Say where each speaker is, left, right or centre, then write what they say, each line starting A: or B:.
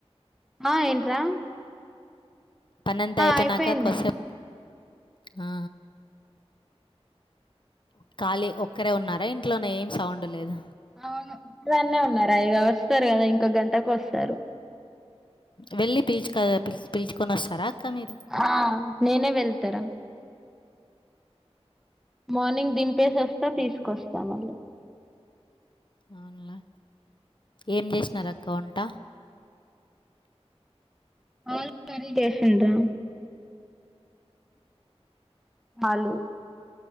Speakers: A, in the centre; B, on the left.
A: ఆ ఏంటరా
B: పన్నంతా అయిపోయినాక
A: అయిపోయింది
B: కొంత సేపు ఆ ఖాళీ ఒక్కరే ఉన్నారా ఇంట్లోనే ఏం సౌండ్ లేదు.
A: అవును ఒక్క దాన్నే ఉన్నా రా ఇగ వస్తారు కదా ఇంకొక గంటకు వస్తారు.
B: వెళ్ళి పిలిచు పి పిల్చుకొని వస్తారా అక్క మీరు.
A: ఆ నేనే వెళ్తారా? మార్నింగ్ దింపేసి వస్తా తీసుకొస్తా మళ్ళీ.
B: అవునా, ఏం చేసినారక్కా వంట?
A: ఆలూ కర్రీ, చేసిందా? ఆలూ